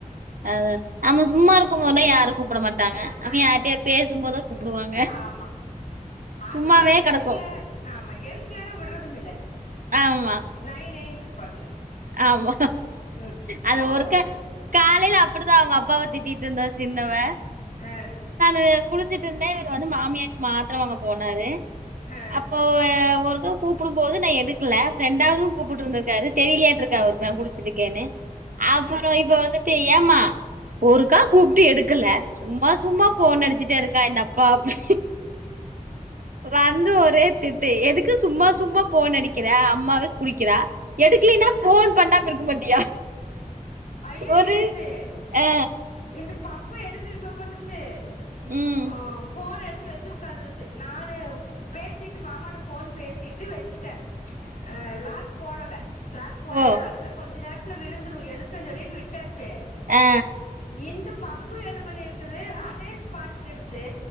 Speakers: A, on the right (about 70°); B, on the left (about 65°).
A: அத நம்ம சும்மா இருக்கும் போதுலா யாரு கூப்ட மாட் டாங்க
B: ஆ
A: அப்டியே
B: ஆ
A: யார்ட்டயா பேசும்போதா கூப்டுவாங்க
B: ஆமா அது
A: சும்மாவே
B: செரி
A: கடக்கு
B: எடுக்கல ஆமா எடுக்கலனா விட்றதும் இல்ல
A: ஆமா
B: நை நைன்ருப்பாளுக
A: ஆமா
B: ம்
A: அது
B: கோவோ
A: ஒருக
B: வருது எனக்கு
A: காலையில அப்டிதா அவுங்க அப்பாவ திட்டிட்டு இருந்தா சின்னவ
B: ஆ
A: நானு குளிச்சிட்டு இருந்தேன் இவுரு வந்து மாமியாக்கு மாத்தர வாங்க போனாரு
B: ஆ
A: அப்போ ஒரு கூப்புடும் போது நா எடுக்குல ரெண்டாவதும் கூப்புட்டு இருந்துருக்காரு தெரியலையாட்ருக்கு அவருக்கு நான் குளிச்சிட்ருக்கேனு ஆ போரவ இப்ப வந்துட்டு ஏமா ஒருக்கா கூப்ட்டு எடுக்கல சும்மா சும்மா ஃபோன் அடிச்சிட்டே இருக்கா என்னப்பா அப்டி வந்து ஒரே திட்டு எதுக்கு சும்மா சும்மா போன் நடிக்கிற அம்மா குளிக்கிறா எடுக்கிலினா போன் பண்ணாம இருக்க மாட்டியா
B: ஐயோ
A: ஒரு
B: நேத்து
A: ஆ
B: இந்த பப்பு என்ன தெரிமா பண்ணுச்சு
A: ம்
B: அ ஃபோன் எடுத்து ச்சி வச்சி உக்காந்துகிச்சு நானு பேசிட்டு மாமாட்ட ஃபோன் பேசிட்டு வெச்சிட்ட ஆ லாக் போடல லாக் போலன்னா
A: ஓ
B: அதுவே கொஞ்ச நேரத்துல விழுந்துரு எதுக் குன் சொல்லிட்டு விட்டாச்சு
A: ஆ
B: இந்த பப்பு என்ன பண்ணி இருக்குது அதே ஸ்பாட்டுக்கு எடுத் து